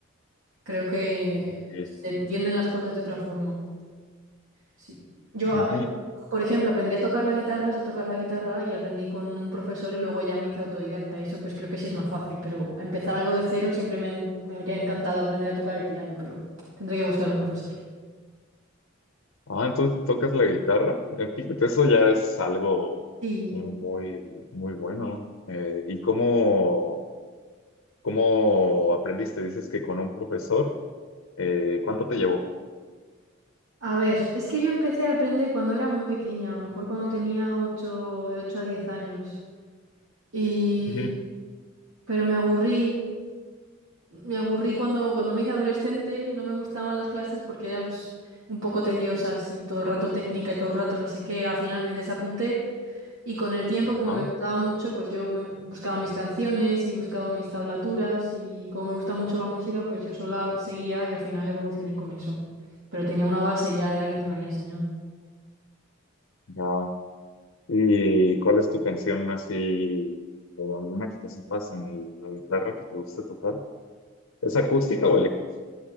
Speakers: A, on the right; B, on the left.
A: Creo que
B: Sí.
A: se entienden las cosas de otra forma. Sí. Yo,
B: Ujú.
A: a- por ejemplo, aprendí a tocar la guitarra, sé tocar la guitarra y aprendí con un profesor y luego ya me hice autodidacta. Eso pues creo que sí es más fácil, pero empezar algo de cero siempre me, han- me habría encantado aprender a tocar el piano, pero tendré que buscar un profesor.
B: Ah, entonces tocas la guitarra. Eh, Fíjate, eso ya es algo,
A: Sí.
B: algo muy, muy bueno. Eh, ¿y cómo, cómo aprendiste? Dices que con un profesor. Eh, ¿cuánto te llevó?
A: A ver, es que yo empecé a aprender cuando era muy pequeña, a lo mejor cuando tenía ocho, de 8 a 10 años. Y...
B: Ujú.
A: Pero me aburrí, me aburrí cuando, cuando me hice adolescente, no me gustaban las clases porque eran pues, un poco tediosas y todo el rato técnica y todo el rato no sé qué. Al final me desapunté y con el tiempo, como
B: Ah,
A: me gustaba mucho, pues yo me- buscaba mis canciones y buscaba mis tablaturas y como me gusta mucho la música, pues yo sola seguía y al final evolucioné con eso. Pero tenía una base ya de alguien que me había enseñado.
B: ya. ¿Y cuál es tu canción así, o alguna que te sepas en la guitarra que te guste tocar? ¿Es acústica o eléctrica?